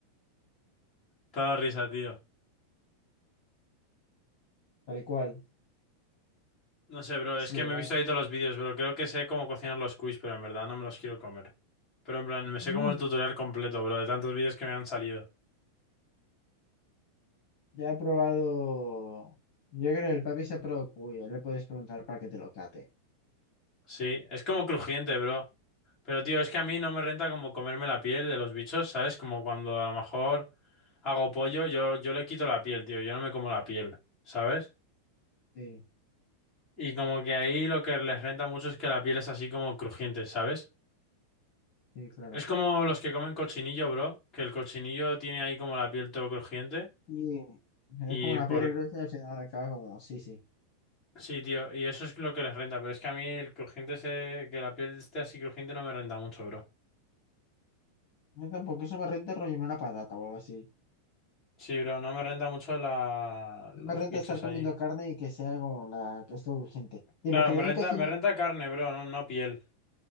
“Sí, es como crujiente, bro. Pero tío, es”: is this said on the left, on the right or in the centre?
Left